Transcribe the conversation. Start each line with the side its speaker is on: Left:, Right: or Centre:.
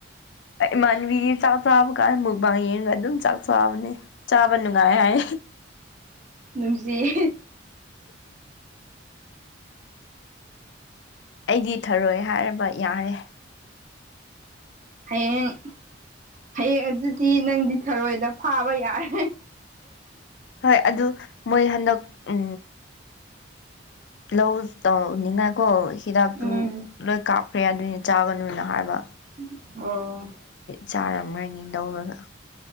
Left: ꯃꯟꯕꯤꯔ ꯆ ꯁꯥꯕ ꯀꯥꯏ ꯃꯨꯛꯕꯥꯥꯡ ꯌꯦꯡꯒ ꯑꯗꯨꯝ ꯆꯥꯛ ꯆꯣꯛꯕꯅꯦ ꯆꯥꯕ ꯅꯨꯡꯉꯥꯏ ꯍꯥꯏ
Right: ꯁꯤ
Left: ꯑꯩꯗꯤ ꯊꯔꯣꯏ ꯍꯥꯏꯔꯕ ꯌꯥꯔꯦ
Right: ꯍꯌꯦꯡ ꯍꯌꯦꯡ ꯑꯗꯨꯗꯤ ꯅꯪꯗꯤ ꯊꯔꯣꯏꯗ ꯐꯥꯕ ꯌꯥꯔꯦ
Left: ꯍꯣꯏ ꯑꯗꯨ ꯃꯣꯏ ꯍꯟꯗꯛ ꯎ ꯂꯧ ꯇꯧꯅꯤꯡꯉꯥꯏ ꯀꯣ ꯍꯤꯗꯥꯛꯇꯨ
Right: ꯎꯝ
Left: ꯂꯣꯏ ꯀꯥꯞꯈ꯭ꯔꯦ ꯑꯗꯨꯏꯅꯤ ꯆꯥꯒꯅꯨꯅ ꯍꯥꯏꯕ
Right: ꯑꯣ
Left: ꯆꯥꯔꯝ꯭ꯔꯅꯤ ꯂꯧꯧꯔꯒ